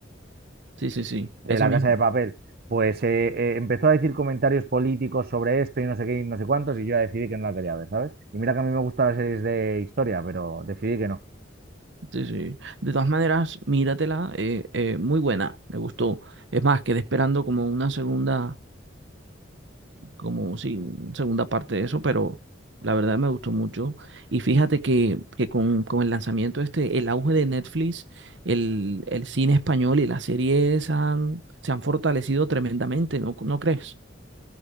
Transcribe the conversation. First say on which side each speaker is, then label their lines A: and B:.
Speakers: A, on the right; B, on the right.
A: Sí, sí, sí, ese
B: de La
A: mismo
B: Casa de Papel, pues eh, eh, empezó a decir comentarios políticos sobre esto y no sé qué y no sé cuántos, y yo ya decidí que no la quería ver, ¿sabes? Y mira que a mí me gustan las series de historia, pero decidí que no.
A: Sí, sí. De todas maneras, míratela, eh, eh, muy buena, me gustó. Es más, quedé esperando como una segunda... como sí, una segunda parte de eso, pero la verdad me gustó mucho. Y fíjate que, que con, con el lanzamiento este, el auge de Netflix, el, el cine español y las series han, se han fortalecido tremendamente, ¿no, no crees?